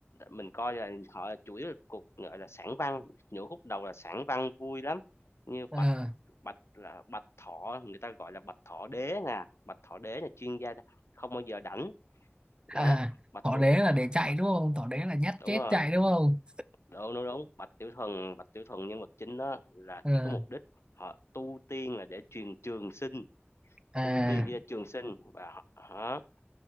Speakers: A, on the left; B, on the right.
A: mình coi là họ là chủ yếu là cục, gọi là, sản văn, nửa khúc đầu là sản văn vui lắm, như
B: Ờ,
A: Bạch Bạch là Bạch Thọ, người ta gọi là Bạch Thọ Đế nè, Bạch Thọ Đế là chuyên gia không bao giờ đảnh
B: à,
A: đó, Bạch
B: Thỏ
A: Tiểu
B: đế là để chạy
A: Bạch
B: đúng không Thỏ đế là nhát
A: đúng
B: chết
A: rồi,
B: chạy đúng không
A: đúng, đúng, đúng, Bạch Tiểu thần Bạch Tiểu thần nhân vật chính đó là
B: Ờ,
A: chỉ có mục đích họ tu tiên là để truyền trường sinh,
B: à
A: tu tiên chỉ là trường sinh và họ